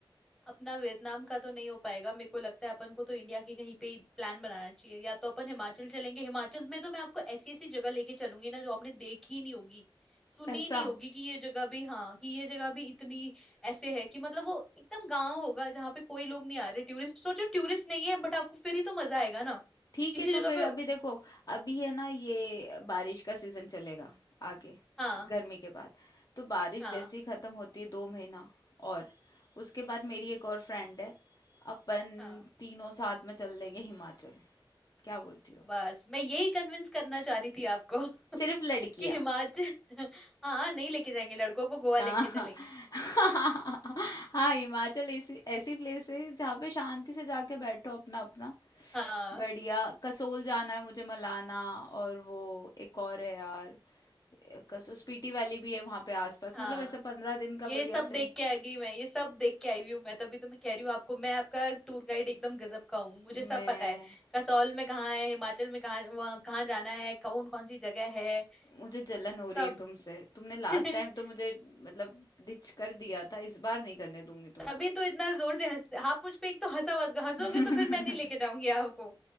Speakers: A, in the centre; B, on the left (about 45°).
A: अपना वियतनाम का तो नहीं हो पाएगा मेरे को लगता है अपन को तो इंडिया के कहीं पे ही प्लान बनाना चाहिए या तो अपन हिमाचल चलेंगे हिमाचल में तो मैं आपको ऐसी ऐसी जगह लेके चलूंगी ना जो आपने देखी ही नहीं होगी सुनी
B: ऐसा
A: ही नहीं होगी कि ये जगह भी हाँ कि ये जगह भी इतनी ऐसे है कि मतलब वो एकदम गांव होगा जहाँ पे कोई लोग नहीं आ रहे टूरिस्ट सोचो टूरिस्ट नहीं है बट आपको फिर ही तो मजा आएगा ना
B: ठीक
A: किसी
B: है तो
A: जगह
B: फिर
A: पे
B: अभी देखो अभी है ना ये बारिश का सीजन चलेगा आगे
A: हाँ
B: गर्मी के बाद तो बारिश
A: हाँ
B: जैसे ही खत्म होती है दो महीना और उसके बाद मेरी एक और फ्रेंड है अपन
A: हाँ
B: तीनों साथ में चल लेंगे हिमाचल क्या बोलती हो
A: बस मैं यही कन्विंस करना चाह रही थी आपको <laughs>
B: सिर्फ लड़कियां
A: कि हिमाचल <laughs> हाँ नहीं लेके जाएंगे लड़कों को गोवा
B: हाँ
A: लेके चलेंगे
B: <laughs> हाँ हिमाचल ऐसी ऐसी प्लेस है जहाँ पे शांति से जाके बैठो अपना अपना
A: हाँ
B: बढ़िया कसोल जाना है मुझे मलाना और वो एक और है यार कसौस्पीटी वैली भी है वहां पे आसपास
A: हाँ
B: मतलब ऐसे पंद्रह दिन
A: ये
B: का बढ़िया
A: सब देख
B: से
A: के आ गई मैं ये सब देख के आई हुई हूँ मैं तभी तो मैं कह रही हूँ आपको मैं आपका टूर गाइड एकदम गजब का हूँ मुझे सब
B: मैं
A: पता है कसौल में कहाँ है हिमाचल में कहाँ वहाँ कहाँ जाना है कौन कौन सी जगह है
B: मुझे जलन हो
A: सब
B: रही है तुमसे तुमने लास्ट
A: <laughs>
B: टाइम तो मुझे मतलब डिच कर दिया था इस बार नहीं करने दूंगी तुमको
A: तभी तो इतना जोर से हंस आप मुझ पे एक तो हंसा मत हंसोगे
B: <laughs>
A: तो फिर मैं नहीं लेके जाऊंगी आपको